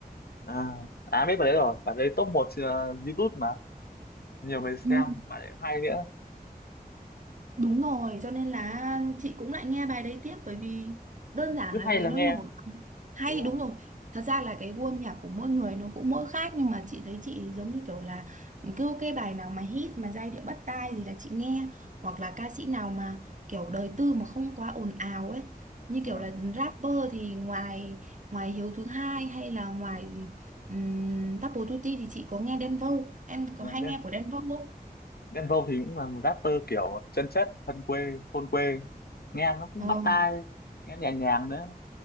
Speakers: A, on the left; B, on the right.
A: à à biết bài đấy rồi bài đấy top 1 YouTube mà nhiều người xem
B: ấy
A: bài đấy cũng hay nữa
B: Đúng rồi, cho nên là chị cũng lại nghe bài đấy tiếp bởi vì đơn giản
A: cứ
B: là
A: hay
B: vì
A: là
B: nó
A: nghe
B: nổi hay
A: đúng rồi
B: đúng rồi. Thật ra là cái gu âm nhạc của mỗi người nó cũng mỗi khác nhưng mà chị thấy chị giống như kiểu là cứ cái bài nào mà hit mà giai điệu bắt tai thì là chị nghe hoặc là ca sĩ nào mà kiểu đời tư mà không quá ồn ào ấy. Như
A: Vâng.
B: kiểu là rapper thì ngoài ngoài Hiếu thứ hai hay là ngoài um, Double Duty thì chị có nghe Đen Vâu. Em có
A: Ờ,
B: hay
A: Đen
B: nghe của Đen Vâu
A: Đen Vâu thì cũng là một rapper kiểu chân chất thân quê thôn quê nghe nó cũng
B: không?
A: bắt tai nghe nhẹ nhàng nữa